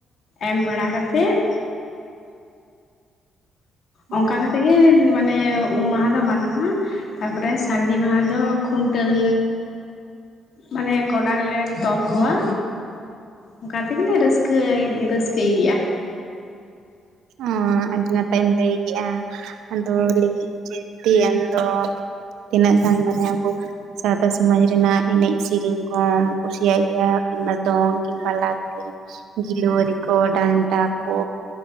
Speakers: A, on the left; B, on the right.
A: ᱮᱢ ᱵᱟᱲᱟ ᱠᱟᱛᱮᱫ ᱚᱱᱠᱟ
B: ᱦᱮᱸ
A: ᱠᱟᱛᱮ ᱜᱮ ᱢᱟᱱᱮ ᱩᱢ ᱢᱟᱦᱟ ᱫᱚ ᱢᱟᱱᱟᱜᱼᱟ ᱛᱟᱨᱯᱚᱨᱮ ᱥᱟᱹᱨᱫᱤ ᱢᱟᱦᱟ ᱫᱚ ᱠᱷᱩᱱᱴᱟᱹᱞ ᱢᱟᱱᱮ ᱜᱚᱰᱟ ᱨᱮᱞᱮ ᱛᱚᱞ ᱠᱚᱣᱟ ᱚᱱᱠᱟ ᱛᱮᱜᱮᱞᱮ ᱨᱟᱹᱥᱠᱟᱹᱭ ᱨᱟᱹᱥᱠᱟᱹᱭ ᱜᱮᱭᱟ
B: ᱚᱸ ᱟᱹᱰᱤ ᱱᱟᱯᱟᱭᱮᱢ ᱞᱟᱹᱭ ᱠᱮᱜᱼᱟ ᱟᱫᱚ ᱞᱟᱹᱭᱮᱜ ᱡᱩᱫᱤ <unintelligible> ᱟᱢᱫᱚ ᱛᱤᱱᱟᱹᱜ ᱜᱟᱱ ᱢᱟᱱᱮ ᱟᱵᱚ ᱥᱟᱶᱛᱟ ᱥᱚᱢᱟᱡᱽ ᱨᱮᱱᱟᱜ ᱮᱱᱮᱡ ᱥᱤᱨᱤᱧ ᱠᱚᱢ ᱠᱩᱥᱤᱭᱟᱜ ᱜᱮᱭᱟ ᱠᱤᱝᱵᱟ ᱫᱚᱝ ᱠᱤᱝᱵᱟ ᱞᱟᱜᱽᱲᱮ ᱜᱤᱞᱳᱣᱟᱹᱨᱤ ᱠᱚ ᱰᱟᱱᱴᱟ ᱠᱚ